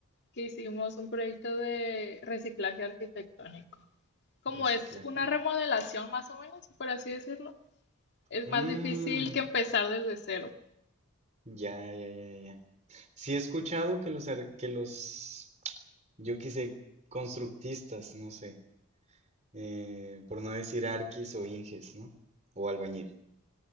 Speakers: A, on the left; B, on the right.
A: que hicimos un proyecto de reciclaje arquitectónico. Como
B: Reciclaje.
A: es una remodelación más o menos, por así decirlo, es
B: Mm,
A: más difícil que empezar desde cero.
B: ya, ya, ya, ya. Sí he escuchado que los, ar- que los, yo qué sé, constructistas, no sé, eh, por no decir arquis o inges, ¿no? O albañil.